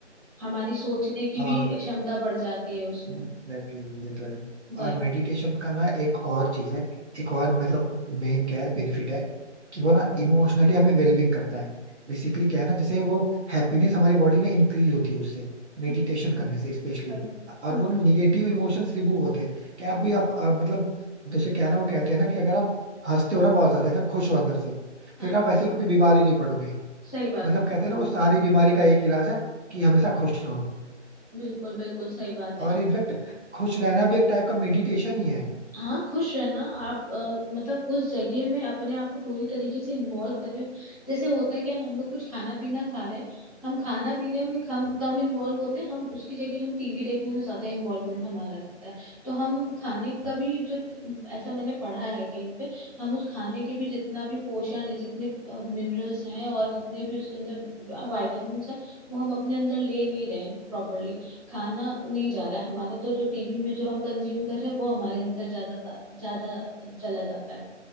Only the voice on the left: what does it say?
हमारी सोचने की भी
क्षमता बढ़ जाती है उसमें
वही
हाँ
वही।
हम्म,
हाँ।
सही बात
है बिल्कुल बिल्कुल सही बात है
हाँ खुश रहना आप अ, मतलब उस जगह में अपने आप को पूरी तरीके से इन्वॉल्व कर रहे हो जैसे होता है क्या हम लोग कुछ खाना पीना खा रहे हैं हम खाना पीने में हम कम इन्वॉल्व होते हैं हम उसकी जगह हम टीवी देखने में ज्यादा इन्वॉल्वमेंट हमारा रहता है तो हम खाने का भी जो ऐसा मैंने पढ़ा है कहीं पे हम उस खाने के भी जितना भी पोषण है जितने मिनरल्स हैं और जितने भी उसके अंदर वाइटामिन है वो हम अपने अंदर ले नहीं रहे प्रॉपरली खाना नहीं जा रहा है हमारा तो जो टीवी में जो हम कंज्यूम कर रहे हैं वो हमारे अंदर ज्यादा जा- ज्यादा चला जाता है